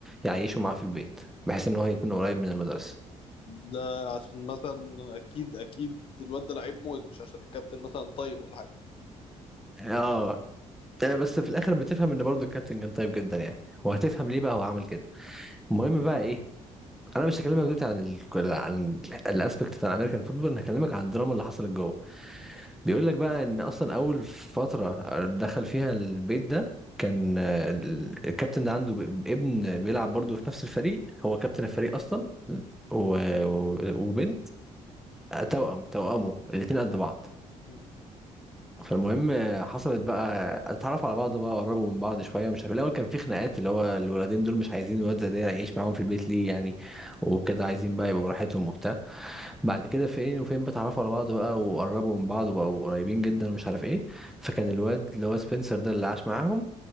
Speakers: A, in the centre; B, on the left.
A: يعيشه معاه في البيت بحيث ان هو يكون قريب من المدرسة
B: ده عشان مثلا اكيد اكيد الواد ده لعيب موت مش عشان الكابتن مثلا طيب ولا حاجة
A: اه آه، بس في الاخر بتفهم ان برضو الكابتن كان طيب جدا يعني وهتفهم ليه بقى هو عمل كده المهم
B: مم.
A: بقى ايه انا مش هكلمك دلوقتي عن ال... عن الاسبكت بتاع الامريكان فوتبول انا هكلمك عن الدراما اللي حصلت جوه بيقول لك بقى ان اصلا اول فتره دخل فيها البيت ده كان آه، ال- الكابتن ده عنده ب- ابن بيلعب برضه في نفس الفريق هو كابتن الفريق اصلا و- و- وبنت توأم توأمه الاتنين قد بعض
B: مم.
A: فالمهم آه، حصلت بقى اتعرفوا على بعض بقى قربوا من بعض شويه مش عارف الاول كان في خناقات اللي هو الولدين دول مش عايزين الواد زي ده يعيش معاهم في البيت ليه يعني وكده عايزين بقى يبقوا براحتهم وبتاع بعد كده فين وفين بتعرفوا على بعض بقى وقربوا من بعض وبقوا قريبين جدا ومش عارف ايه فكان الواد اللي هو سبنسر ده اللي عاش معاهم